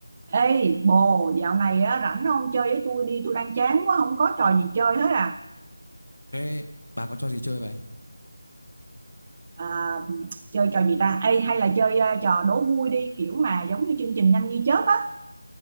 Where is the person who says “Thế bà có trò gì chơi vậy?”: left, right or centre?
Left